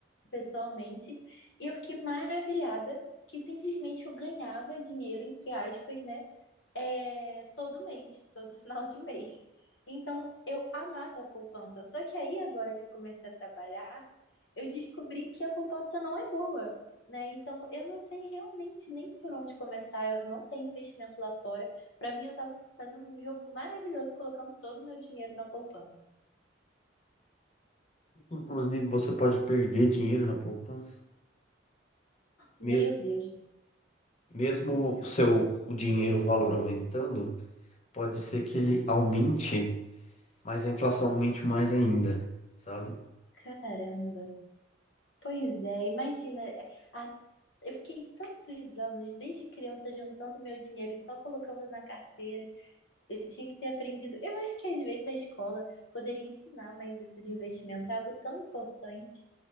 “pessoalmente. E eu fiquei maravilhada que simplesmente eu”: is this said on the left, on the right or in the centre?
Left